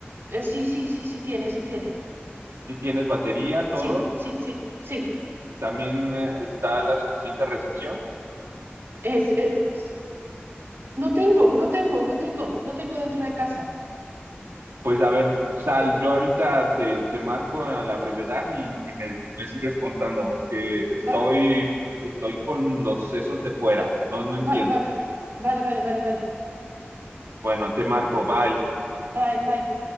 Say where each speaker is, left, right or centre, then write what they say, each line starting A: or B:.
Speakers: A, on the right (about 70°); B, on the right (about 85°).
A: eh, sí, sí, sí, sí tiene, sí tiene.
B: Si tienes batería, todo,
A: Sí, sí, sí, sí.
B: también eh, está la suficiente recepción.
A: Es, es- no tengo, no tengo, no tengo, no tengo dentro de casa.
B: Pues a ver, Sal,
A: ¿Qué?
B: yo ahorita te, te marco a la brevedad y, y me, y me sigues contando porque estoy,
A: Va-
B: estoy con los sesos de fuera, no, no entiendo.
A: va- vale, vale, vale, vale, vale.
B: Bueno, te marco, bye.
A: Bye, bye.